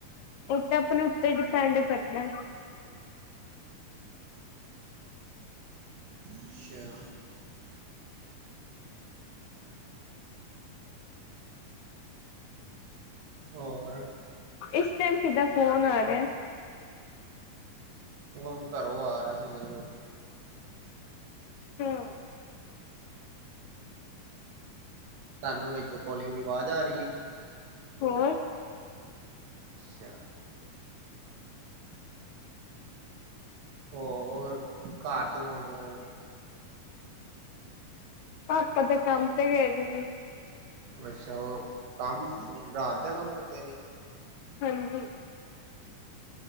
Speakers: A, on the left; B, on the right.
A: ਉਹ ਤੇ ਆਪਣੇ ਉੱਤੇ ਡਿਪੈਂਡ ਕਰਦਾ।
B: ਅੱਛਾ। ਹੋਰ।
A: ਇਸ ਟਾਈਮ ਕਿਦਾ ਫੋਨ ਆ ਰਿਹਾ।
B: ਉਹ ਘਰੋਂ ਆ ਰਿਹਾ ਸੀ, ਮੈਨੂੰ ਆਪਣੇ।
A: ਤੇ ਹਾਂ।
B: ਤੁਹਾਨੂੰ ਵਿੱਚੋਂ ਕੋਲਿੰਗ ਦੀ ਆਵਾਜ਼ ਆ ਰਹੀ ਹੈ।
A: ਹੋਰ
B: ਅੱਛਾ। ਹੋਰ ਘਰ'ਚ ਕੋਣ-ਕੋਣ ਏ।
A: ਪਾਪਾ ਤੇ ਕੰਮ ਤੇ ਗਏ ਜੀ ਨੇ।
B: ਅੱਛਾ, ਉਹ ਕੰਮ, ਰਾਤ ਦਾ ਕੰਮ ਕਰਦੇ ਨੇ।
A: ਹਾਂਜੀ।